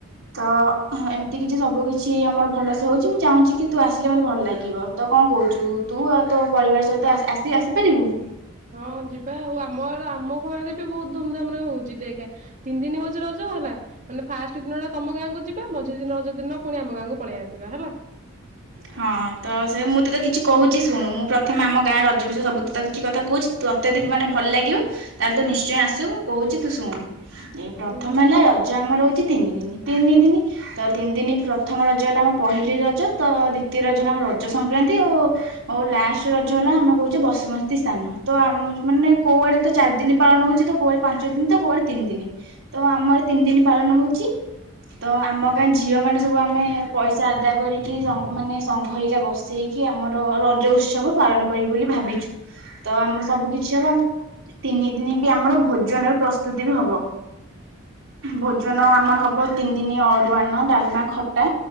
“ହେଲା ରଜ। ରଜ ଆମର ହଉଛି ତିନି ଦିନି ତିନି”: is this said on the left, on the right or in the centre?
Right